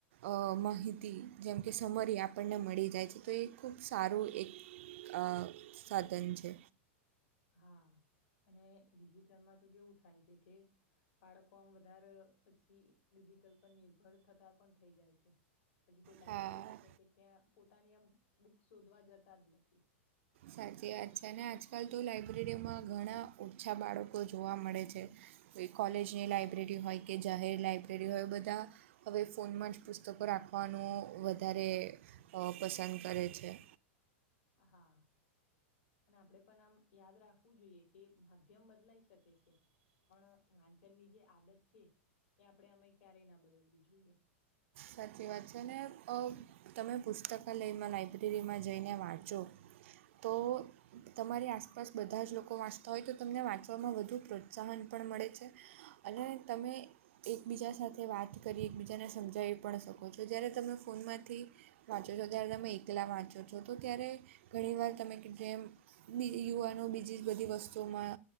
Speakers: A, on the right; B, on the left.
A: અ માહિતી જેમ કે સમરી આપણને મળી જાય છે તો એ ખૂબ સારું એક અ સાધન છે.
B: હા અને ડિજિટલમાં તો કેવું થાય છે કે બાળકો આમ વધારે પછી ડિજિટલ પર નિર્ભર થતા પણ થઈ જાય છે. પછી કોઈ લાઈબ્રેરી
A: હા
B: છે કે ત્યાં પોતાની આમ બુક શોધવા જતા જ નથી.
A: સાચી વાત છે અને આજકાલ તો લાઈબ્રેરીમાં ઘણા ઓછા બાળકો જોવા મળે છે. કોઈ કોલેજની લાઇબ્રેરી હોય કે જાહેર લાઇબ્રેરી હોય બધા અવે ફોનમાં જ પુસ્તકો રાખવાનું વધારે અ પસંદ કરે છે.
B: અ હા અને આપડે પણ આમ યાદ રાખવું જોઈએ કે માધ્યમ બદલાઈ શકે છે. પણ વાંચન ની જે આદત છે એ આપડે આમે ક્યારેય ના બદલવી જોઈએ.
A: સાચી વાત છે ને અ વ તમે પુસ્તકાલયમાં લાઇબ્રેરીમાં જઈને વાંચો તો તમારી આસપાસ બધા જ લોકો વાંચતા હોય તો તમને વાંચવામાં વધુ પ્રોત્સાહન પણ મળે છે. અને તમે એકબીજા સાથે વાત કરી એકબીજાને સમજાયવુ પણ શકો છો જ્યારે તમને ફોનમાંથી વાંચો છો ત્યારે તમે એકલા વાંચો છો તો ત્યારે ઘણી વાર તમે કીધું એમ બી યુવાનો બીજી બધી વસ્તુઓમાં